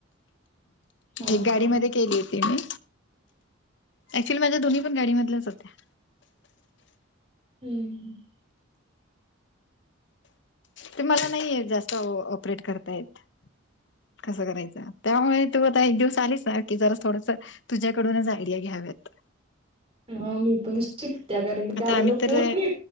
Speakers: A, on the right; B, on the left.
A: हा
B: एक गाडी
A: हा
B: म केली होती मी अक्च्युली माझ्या दोन्ही पण गाडीमधल्याच होत्या
A: हम्म
B: ते मला नाही जास्त ऑपरेट करतायेत कसं करायचं त्यामुळे तू आता एक दिवस आलीसचणार की जरा थोडंस तुझ्याकडूनच आयडिया घ्याव्यात
A: हा मी पण शिक त्या कारण
B: आता
A: क आपल्याला
B: आम्ही तर
A: कोणी